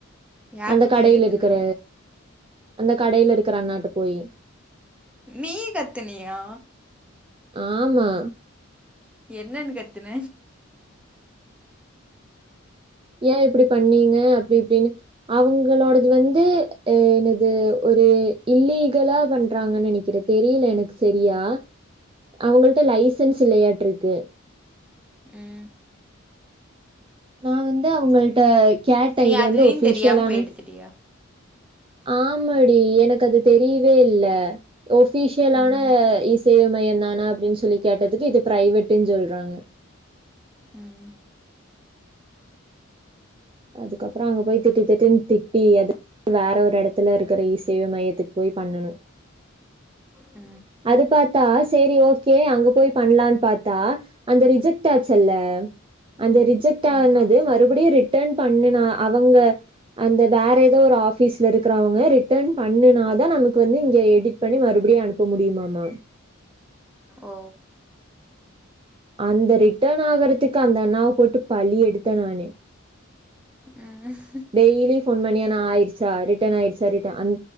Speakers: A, in the centre; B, on the right.
A: யார்ட்ட
B: அந்த கடையில
A: போய் கத்துன
B: இதுக்குற அந்த கடையில இருக்குற அண்ணாட்ட போயி
A: நீ கத்துனியா
B: ஆமா
A: என்னன்னு கத்துன
B: ஏ இப்டி பண்ணீங்க அப்டி இப்டின்னு அவ்ங்களோடது வந்து அ என்னது ஒ ரு இல்லீகலா பண்றாங்கன் நெனைக்கிறே தெரியல எனக்கு செரியா அவுங்கள்ட்ட லைசன்ஸ் இல்லையாட்ருக்கு
A: ம்
B: நா வந்து அவுங்கள்ட்ட கேட்டே
A: நீ
B: இது
A: அதையு
B: வந்து ஒஃபிஷியலான
A: தெரியாம போய் எடுத்துட்டியா
B: ஆமாடி எனக்கு அது தெரியவே இல்ல ஒஃபிஷியலான
A: ம்
B: இஸ் சேவை மையந்தானா அப்டின் சொல்லி கேட்டதுக்கு இது ப்ரைவேட்டுன் சொல்றாங்க
A: ம் ம்
B: அதுக்கப்ற அங்க போய் திட்டு திட்டுன் திட்டி அது வேற ஒரு எடத்துல இருக்கிற இ சேவை மையத்துக்கு போய் பண்ணனு
A: அ
B: அது பாத்தா சேரி ஓகே அங்க போய் பண்லான் பாத்தா அந்த ரிஜெக்ட் ஆச்சுல்ல அந் அந்த ரிஜெக்ட்
A: ஆமா
B: ஆனது மறுபடியூ ரிட்டன் பண்ணுனா அவங்க அந்த வேறெதோ ஒரு ஆஃபீஸ்லருக்கிறவுங்க ரிட்டன் பண்ணுனாதா நமக்கு வந்து இங்க பெ எடிட் பண்ணி மறுபடியு அனுப்ப முடியுமாமா
A: ஓ
B: அந்த ரிட்டன் ஆகுறதுக்கு அந்தண்ணாவ போட்டு பழி எடுத்தே நானு
A: ம் ம்
B: டெய்லி ஃபோன் பண்ணி அண்ணா ஆயிட்ச்சா ரிட்டன் ஆயிச்சா ரிட் த அண்